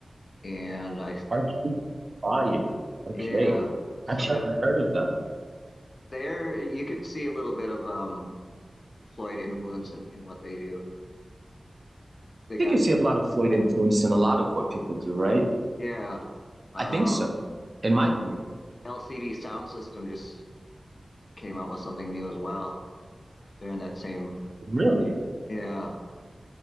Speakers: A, on the left; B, on the right.
A: and I
B: Arcade Fire. Okay.
A: yeah, so
B: Actually,
A: that
B: I've never heard of them.
A: there you could see a little bit of um, Floyd influence in, in what they do.
B: I
A: They got
B: think you see a lot of Floyd influence in a lot of what people do, right?
A: yeah, um,
B: I think so, in my opinion.
A: LCD Sound System just came out with something new as well. They're in that same
B: Really?
A: yeah,